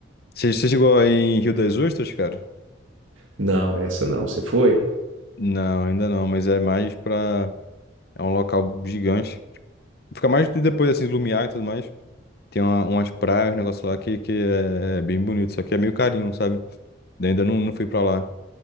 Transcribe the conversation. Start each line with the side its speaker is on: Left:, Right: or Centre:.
Left: Você você chegou aí em Rio das Ostras, cara?
Right: Não, essa não. Você foi?
Left: Não, ainda não, mas é mais pra... É um local gigante. Fica mais de- depois, assim, do Lumiar e tudo mais. Tem uma- umas praias, um negócio lá que, que é, é bem bonito, só que é meio carinho, sabe? Daí Ainda não, não fui pra lá.